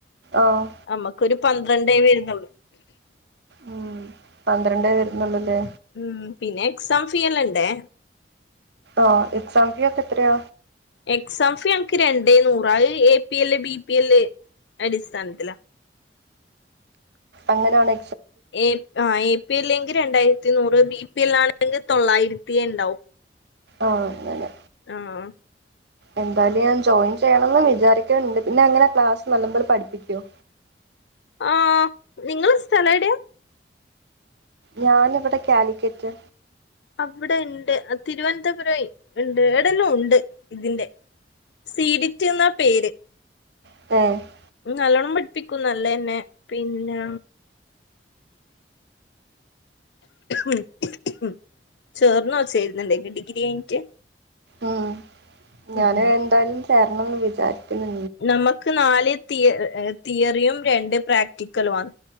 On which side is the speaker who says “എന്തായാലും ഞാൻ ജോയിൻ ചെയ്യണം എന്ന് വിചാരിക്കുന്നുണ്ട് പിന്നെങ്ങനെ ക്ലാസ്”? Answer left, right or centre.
Right